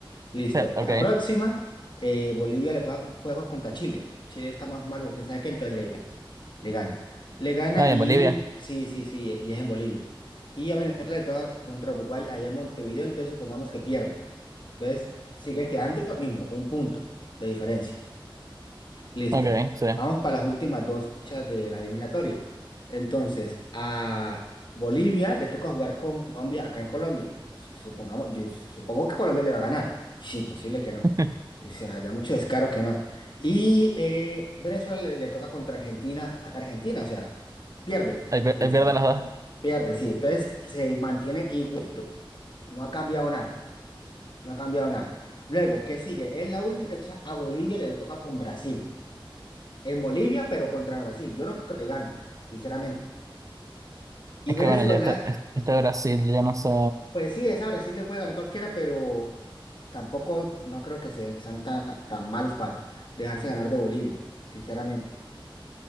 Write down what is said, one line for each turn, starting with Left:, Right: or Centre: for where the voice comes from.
Left: Listo. En
Right: ok,
Left: la próxima, eh, Bolivia le juega, juego contra Chile. Chile está más malo que quién sabe qué, entonces le, le gana. Le gana
Right: no, y
Left: y
Right: en Bolivia,
Left: sí, sí, sí, y es en Bolivia. Y a Venezuela le toca contra Uruguay allá en Montevideo, entonces supongamos que pierde. Entonces siguen quedando lo mismo, un punto de diferencia. Listo.
Right: ok, sí.
Left: Vamos para las últimas dos fechas de la eliminatoria. Entonces, a Bolivia le toca jugar con Colombia acá en Colombia. Su- Supongamos, yo supongo que Colombia le va a ganar. Es imposible que no.
Right: <laughs>
Left: O sea, había mucho descaro que no. Y eh, Venezuela le, le toca contra Argentina en Argentina. O sea, pierde.
Right: Ahí, pier-
Left: Listo.
Right: ahí pierden las dos.
Left: Pierde, sí. Entonces se mantiene igualito. No ha cambiado nada. No ha cambiado nada. Luego, ¿qué sigue? En la última fecha, a Bolivia le toca con Brasil en Bolivia, pero contra Brasil. Yo no creo que le gane, sinceramente. Y
Right: Es
Left: Venezuela,
Right: que bueno, ya este, este Brasil, yo no sé.
Left: pues sí, esa Brasil le puede ganar cualquiera, pero tampoco no creo que se- sean tan, tan malos para dejarse ganar de Bolivia, sinceramente.